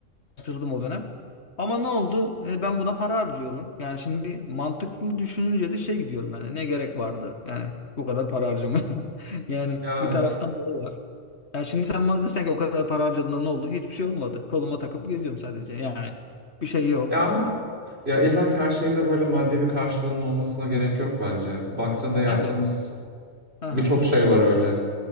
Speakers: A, on the left (about 55°); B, on the right (about 50°).
A: araştırdım o dönem ama ne oldu E, ben buna para harcıyorum yani şimdi mantıklı düşününce de şey diyorum yani ne gerek vardı yani bu kadar para harcama <laughs> yani
B: Ya
A: bir
B: evet.
A: taraftan doğru var. Yani şimdi sen bana desen ki o kadar para harcadığında ne oldu? Hiçbir şey olmadı. Koluma takıp geziyorum sadece. Yani bir şey yok.
B: Ya ama ya illa ki her şeyin de böyle maddi bir karşılığının olmasına gerek yok bence. Baktığında yaptığımız
A: Evet. Aha.
B: birçok şey var öyle.